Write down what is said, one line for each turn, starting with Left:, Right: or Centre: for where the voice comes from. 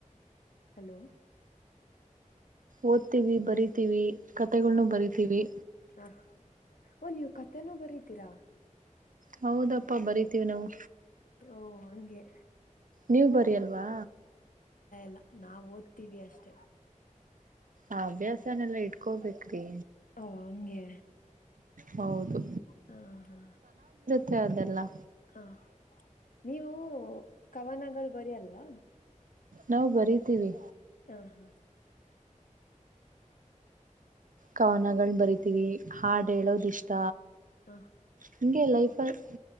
Left: ಹಲೋ
Right: ಓದ್ತೀವಿ ಬರಿತೀವಿ ಕತೆೆಗಳನೂ
Left: ಹ
Right: ಬರಿತೀವಿ.
Left: ಹ ಓ ನೀವ್ ಕತೆೆನೂ ಬರಿತಿರಾ.
Right: ಹೌದಪ್ಪಾ ಬರಿತೀವಿ ನಾವು
Left: ಓ ಹಂಗೆ
Right: ನೀವ ಬರಿಯಲ್ವಾ.
Left: ಲ್ಲ ನಾವ್ ಓದ್ತೀವಿ ಅಷ್ಟೆ.
Right: ಆ ಅಭ್ಯಾಸನೆೆಲ್ಲ ಇಟ್ಕೋಬೇಕ್ರಿ.
Left: ಓ ಹಂಗೆ
Right: ಹೌದು.
Left: ಹಾ ಹಾ
Right: ತೆದೆಲ್ಲಾ
Left: ಹಾ ನೀವು ಕವನಗಳ ಬರಿಯಲ್ವಾ.
Right: ನಾವು ಬರಿತೀವಿ.
Left: ಹಾ ಹಾ.
Right: ಕವನಗಳು ಬರಿತೀವಿ. ಹಾಡ ಹೇಳೋದಿಷ್ಟ
Left: ಹ ಹ
Right: ಹೀಗೆ ಲೈಫಲ್ಲಿ.